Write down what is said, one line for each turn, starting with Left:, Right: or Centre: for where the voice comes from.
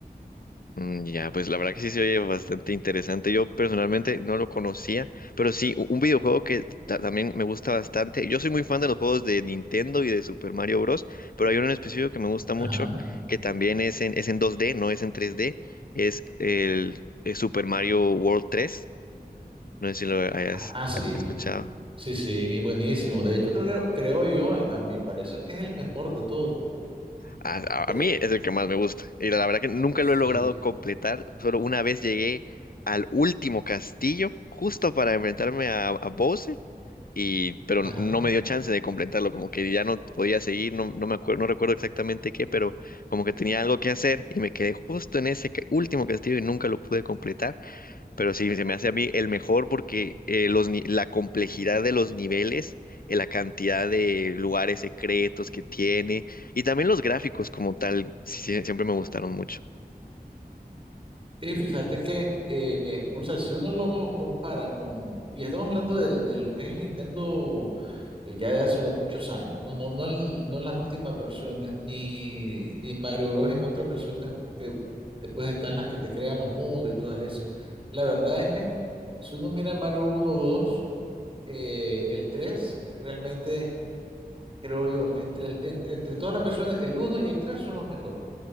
Left: Mm, Ya, pues la verdad que sí se oye bastante interesante. Yo personalmente no lo conocía, pero sí, u- un videojuego que ta- también me gusta bastante. Yo soy muy fan de los juegos de Nintendo y de Super Mario Bros., pero hay uno en específico que me gusta
Right: Ajá.
Left: mucho, que también es en, es en 2D, no es en 3D, es el, el Super Mario World 3. No sé si lo hayas
Right: Ah, sí.
Left: escuchado.
Right: Sí, sí, buenísimo. De hecho, creo que, creo yo, eh, a mi parecer, que es el mejor de todos.
Left: A, a-
Right: De-
Left: a mí es el que más me gusta. Y la verdad que nunca
Right: sí,
Left: lo he logrado completar. Solo una vez llegué al último castillo, justo para enfrentarme a, a Bowser y pero
Right: ajá.
Left: no me dio chance de completarlo, como que ya no podía seguir, no, no me acuerdo, no recuerdo exactamente qué, pero como que tenía algo que hacer y me quedé justo en ese ca- último castillo y nunca lo pude completar, pero sí, se me hace a mí el mejor porque eh, los, ni- la complejidad de los niveles, eh, la cantidad de lugares secretos que tiene y también los gráficos como tal, sí, sí, siempre me gustaron mucho.
Right: Sí, fíjate que, eh, o sea, si uno lo compara con, y estamos hablando del- de, lo que es el Nintendo eh, ya de hace muchos años, no, no, no, en, no en las últimas versiones, ni, ni Mario Bros. en otras versiones, porque después están las que te crean los mundos y todas esas. La verdad es que si uno mira Mario uno, 2, eh, el 3, realmente creo yo, entre, el- en- entre todas las versiones, el uno y el tres son los mejores.